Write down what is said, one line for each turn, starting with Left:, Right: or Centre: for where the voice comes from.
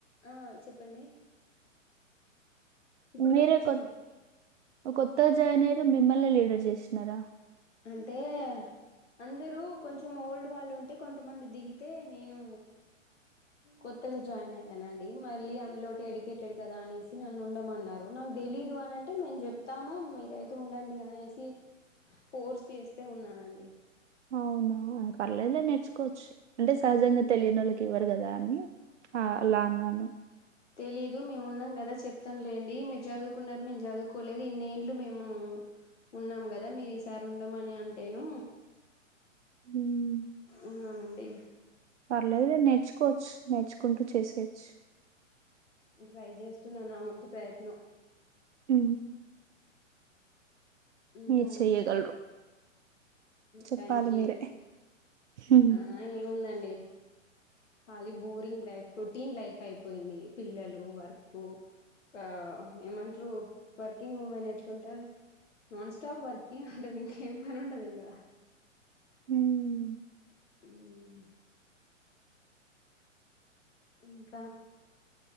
Left: ఆ చెప్పండి ఇప్పుడు
Right: మీరే
Left: వినిపిస్తుంది
Right: కొత్ ఒ కొత్తగా జాయిన్ అయిర్రు మిమ్మల్నే లీడర్ జేస్న్నార
Left: అంటే అందరూ కొంచం ఓల్డ్ వాళ్ళుంటే కొంతమంది దిగితే నేనూ కొత్తగా జాయిన్ అయ్యానండి మళ్ళీ అందులోటి ఎడుకేటెడ్ కదా అనేసి నన్ను ఉండమన్నారు నాక్ దెలీదు అనన్ టే మేమ్ జెప్తాము మీరైతే ఉండండి అనేసి ఫోర్స్ చేస్తే ఉన్నానండి
Right: అవునా ఆయక్ పర్లేదులే నేర్చుకోచ్చు అంటే సహజంగా తెలీనోళ్ళకివ్వరు గదా అని అలా అన్నాను
Left: తెలిదు మేమున్నాం గదా చెప్తాంలేండి మీర్ జదువుకున్నారు మేమ్ జదువ్కోలేదు ఇన్నేండ్లు మేము ఉన్నాం గదా మీరు ఈసారి ఉండమని అంటేనూ
Right: మ్మ్.
Left: ఉన్నానండి
Right: పర్లేదు లే నేర్చుకోవచ్చు నేర్చుకుంటూ చేసేయచ్చు
Left: ట్రై చేస్తున్నా నా వంతు ప్రయత్నం
Right: ఉ
Left: ఇంకా
Right: మీరు
Left: అండి
Right: చెయ్యగలరు చెప్పాలి
Left: థ్యాంక్ యూ
Right: మీరే మ్మ్.
Left: ఆ ఏముందండి ఖాళీ బోరింగ్ లైఫ్ రొటీన్ లైఫ్ అయిపోయింది పిల్లలు వర్క్ ఒక ఏమంటరు వర్కింగ్ ఉమెన్ ఎట్ల ఉంటారు నాన్ స్టాప్ వర్క్ ఏ ఉంటది ఇంక ఏం పని ఉండదు ఇంకా
Right: మ్మ్,
Left: హూ ఇంకా